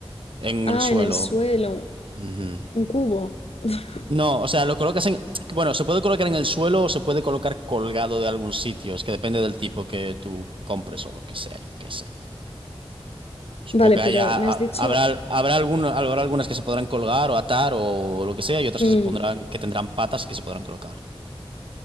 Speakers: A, on the right; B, on the left.
A: En
B: Ah,
A: el suelo.
B: en el suelo,
A: Ujú.
B: un cubo. <laughs>
A: No, o sea, lo colocas en... Bueno, se puede colocar en el suelo o se puede colocar colgado de algún sitio. Es que depende del tipo que tú compres o lo que sea, yo qué sé. Supongo
B: Vale,
A: que
B: pero
A: haya-
B: me has
A: ha-
B: dicho...
A: habrá, habrá, algún- habrá algunas que se podrán colgar o atar o lo que sea y otras
B: mm,
A: que se pondrán, que tendrán patas y que se podrán colocar.